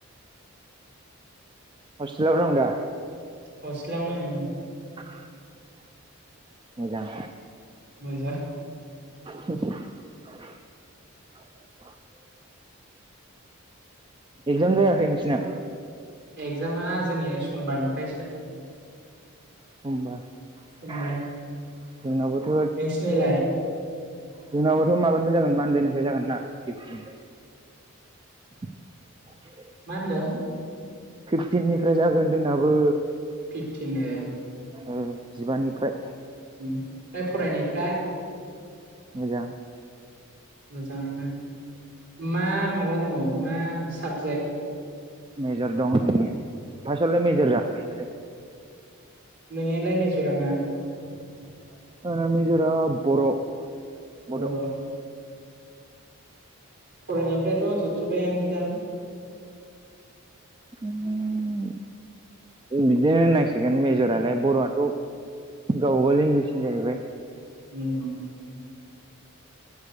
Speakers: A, on the right; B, on the right.
A: हसटेलाव दंदा?
B: हसटेलावनो ओं
A: <inaudible> मोजां
B: मोनजा
A: <inaudible> <unintelligible> एगजाम जायाखै नोंसिना?
B: एगजामा जोंनि समबारनिफ्रायसो
A: समबा
B: समबार
A: <unintelligible> जोंनाबोथ'
B: नोंसिनिलाय
A: जोंनाबोथ' मा मानदेनिफ्राय जागोन ना फिफतिन <unintelligible>
B: मा होनदों?
A: फिफटिननिफ्राय जागोन जोंनाबो
B: फिफटिन ए।
A: ओ जिबानिफ्राय।
B: <unintelligible> फरायनायफ्रा
A: मोजां।
B: मोजांनो मा माबा दङ मा साबजेक्ट।
A: मेजर दं आंने फासावलाय मेजर जाखायो नालाय
B: नोंनिलाइ मेजरा मा?
A: <unintelligible> मेजरा बर'
B: बर'।
A: बड'
B: फरायनायफ्राथ जोबजोबबायानो दां?
A: <unintelligible> बिदिनो होननांसिगोन मेजरालाय बर'आथ गावगा लेंगुवेजनि जाहैबाय।
B: <unintelligible>